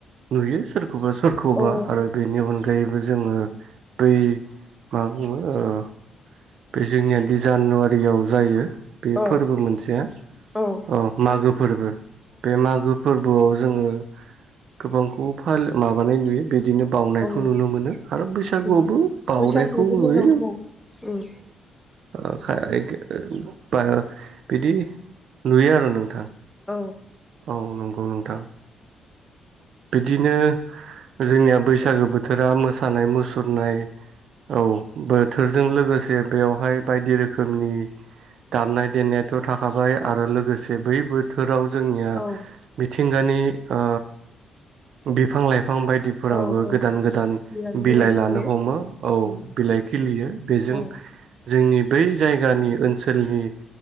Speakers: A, on the right; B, in the centre.
A: नुयो सोर खौबा सोरखौबा
B: औ
A: आरो बेनि उन गायैबो जोङो बै मा बुङो ओ बे जोंनिया दि जानुवारियाव जायो। बे
B: औ
A: फोरबो मोनसेया
B: औ
A: अ' मागो फोरबो बे मागो फोरबोआव जोङो गोबांखौ फाल-माबानाय नुयो। बिदिनो बाउनायखौ
B: औ
A: नुनो मोनो आरो बैसागुआवबो
B: बेनो
A: बाउनायखौ
B: बैसागोआवबो
A: नुयो।
B: जोंनाव औ उम
A: <unintelligible> ओं <unintelligible> बिदि नुयो आरो नोंथां।
B: औ।
A: औ नंगौ नोंथां। बिदिनो जोंनिया बैसागो बोथोरा मोसानाय मुसुरनाय औ बोथोरजों लोगोसे बेवहाय बायदि रोखोमनि दामनाय देनायाथ' थाखाबाय आरो लोगोसे बै बोथोराव जोंनिया
B: औ
A: मिथिंगानि ओ बिफां-लाइफां बायदिफोराबो
B: औ औ
A: गोदान-गोदान
B: नंगौ
A: बिलाइ
B: खिलियो
A: लानो हमो औ
B: उम
A: बिलाइ खिलियो बेजों
B: औ
A: जोंनि बै जायगानि ओनसोलनि